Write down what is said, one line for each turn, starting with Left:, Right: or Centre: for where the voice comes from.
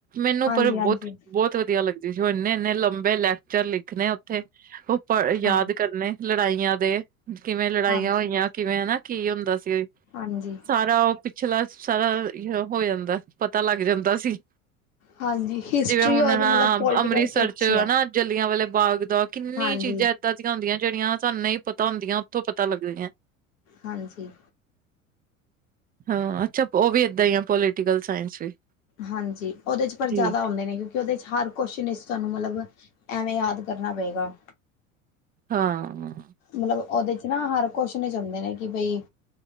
Right: ਮੈਨੂੰ
Left: ਹਾਂਜੀ,
Right: ਪਰ
Left: ਹਾਂਜੀ,
Right: ਬੋਤ ਬੋਤ ਵਧੀਆ ਲੱਗਦੀ ਜੋ ਉਹ ਇੰਨੇ, ਇੰਨੇ ਲੰਬੇ ਲੈਕਚਰ ਲਿਖਣੇ ਉੱਥੇ ਯਾਦ
Left: ਹਾਂਜੀ,
Right: ਕਰਨੇ ਲੜਾਈਆਂ ਦੇ ਕਿਵੇਂ ਲੜਾਈਆਂ
Left: ਹਾਂਜੀ,
Right: ਹੋਈਆਂ ਕਿਵੇਂ ਹਨਾ ਕੀ ਹੁੰਦਾ ਸੀ।
Left: ਹਾਂਜੀ।
Right: ਸਾਰਾ ਉਹ ਪਿਛਲਾ ਸਾਰਾ ਹੋ ਜਾਂਦਾ ਪਤਾ ਲੱਗ ਜਾਂਦਾ ਸੀ।
Left: ਹਾਂਜੀ ਹਿਸਟਰੀ
Right: ਜਿਵੇਂ ਹੁਣ
Left: ਔਰ
Right: ਹਾਂ
Left: ਮਤਲਬ ਪੋਲੀਟੀਕਲ
Right: ਅੰਮ੍ਰਿਤਸਰ
Left: ਤੇ ਅੱਛੀ
Right: ਚ
Left: ਹੈ।
Right: ਨਾ ਜਲਿਆਂ ਵਾਲੇ ਬਾਗ ਦਾ ਕਿੰਨੀ
Left: ਹਾਂਜੀ
Right: ਚੀਜ਼ ਕਿਦਾਂ ਦੀਆਂ ਹੁੰਦੀਆਂ ਜਿਹੜੀਆਂ ਸਾਨੂੰ ਨਹੀਂ ਪਤਾ ਹੁੰਦੀਆਂ ਉੱਥੋਂ ਪਤਾ ਲੱਗਦੀਆਂ।
Left: ਹਾਂਜੀ।
Right: ਹਾਂ ਅੱਛਾ ਉਹ ਵੀ ਏਦਾਂ ਹੀ ਆ ਪੋਲੀਟੀਕਲ ਸਾਇੰਸ ਵੀ
Left: ਹਾਂਜੀ ਉਹਦੇ ਚ ਪਰ
Right: ਠੀਕ
Left: ਜ਼ਿਆਦਾ ਆਉਂਦੇ ਨੇ ਕਿ ਕਿ ਉਹਦੇ ਚ ਹਰ ਕੋਸ਼ ਚਨ ਇਸ ਤੁਹਾਨੂੰ ਮਤਲਬ ਐਵੇਂ ਯਾਦ ਕਰਨਾ ਪਏਗਾ।
Right: ਹਾਂ।
Left: ਮਤਲਬ ਉਹਦੇ ਚ ਨਾ ਹਰ ਕੁਸ਼ ਚ ਨ ਚ ਹੁੰਦੇ ਨੇ ਕਿ ਬਈ